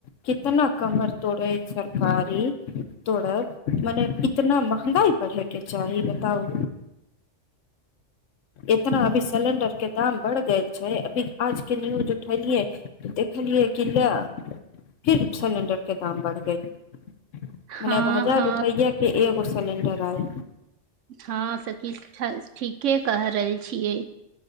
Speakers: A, on the left (about 80°); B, on the right (about 80°).
A: कितना कमर तोड़े सरकारी तोड़ब मने इतना महँगाई बढ़े के चाही बताउ इतना अभी सिलेंडर के दाम बढ़ गेल छै अभी आज के न्यूज उठेलियै देखलियै कि ला फिर सिलेंडर के दाम बढ़ गेलय
B: हँ
A: मने हजार
B: हँ
A: रुपैआ के एगो सिलिंडर आय
B: हँ सची ठीक के क रहल छियै